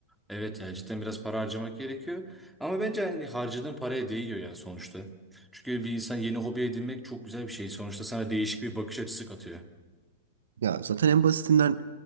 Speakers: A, in the centre; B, on the right.
A: Evet ya cidden biraz para harcamak gerekiyor. Ama bence hani harcadığın paraya değiyor ya sonuçta. Çünkü bir insan yeni hobi edinmek çok güzel bir şey. Sonuçta sana değişik bir bakış açısı katıyor.
B: Ya zaten en basitinden